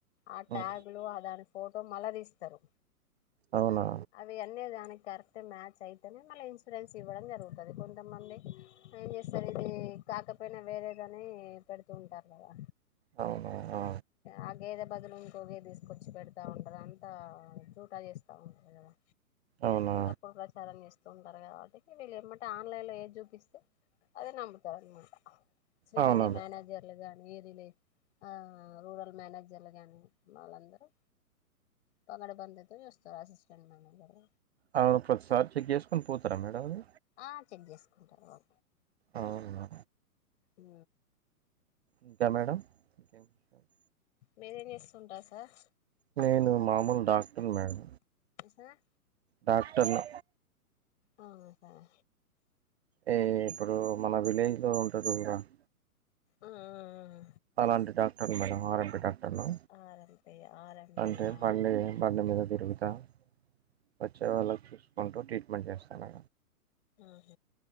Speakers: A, on the left; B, on the right.
A: ఆ ట్యాగులు
B: ఉమ్,
A: అని ఫోటో మళ తీస్తారు
B: అవునా
A: అవి అన్నీ దానికి కరెక్ట్ మ్యాచ్ అయితేనే మళ్ళీ ఇన్సూరెన్స్ ఇవ్వడం జరుగుతుంది కొంతమంది ఏం చేస్తారు ఇది కాకపోయినా వేరేదని పెడుతూ ఉంటారు కదా
B: అవున ఆ
A: ఆ గేదే బదులు ఇంకో గేదెను తీసుకొచ్చి పెడతా ఉంటారు అంతా జూట చేస్త ఉంటారు కదా
B: అవునా
A: తప్పుడు ప్రచారం చేస్తారు తొందర కాబట్టి వీళ్ళు ఏమంటే ఆన్లైన్ లో ఏ చూపిస్తే అదే నమ్ముతారు అనమాట శ్రీనిధి
B: అవునా
A: మనేజర్లుగానీ
B: మేడం
A: ఏరిలే ఆ రూరల్ మేనేజర్లు గాని వాళ్ళందరూ పాకట్ బంధితో చూస్తారు అసిస్టెంట్ మేనేజర్
B: అవును ప్రతిసారి చెక్ చేసుకోని పోతారా మేడం అది
A: ఆ చెక్ చేసుకుంటారు ఓ
B: అవునా
A: ఉ
B: ఇంకా మేడంమ్ థ్యాంక్ సార్
A: మీరేం చేస్తుంటరు సార్
B: నేను మామూలు డాక్టర్ మేడం
A: ఆ
B: డాక్టర్ను
A: అవును సార్
B: ఏ ఇప్పుడు మన విలేజ్ లో ఉంటారు చూడండి
A: ఆ ఆ
B: అలాంటి doctor madam RMP doctor hello
A: RMP RMP
B: అంటే
A: ఆ
B: బండి బండి మీద తిరుగుత ఆ వచ్చే వాళ్ళకి చూసుకుంటూ ట్రీట్మెంట్ చేస్తాను
A: ఆహ